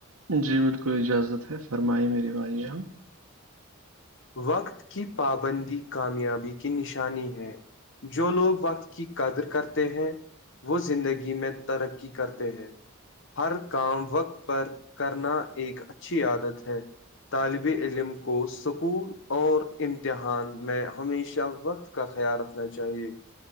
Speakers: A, on the right; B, on the left.
A: جی بالکل اجازت ہے فرمائی میری بائی ہم
B: وقت کی پابندی کامیابی کی نشانی ہے جو لوگ وقت کی قدر کرتے ہیں وہ زندگی میں ترقی کرتے ہیں ہر کام وقت پر کرنا ایک اچھی عادت ہے طالب علم کو سکول اور امتحان میں ہمیشہ وقت کا خیال رکھنا چاہیے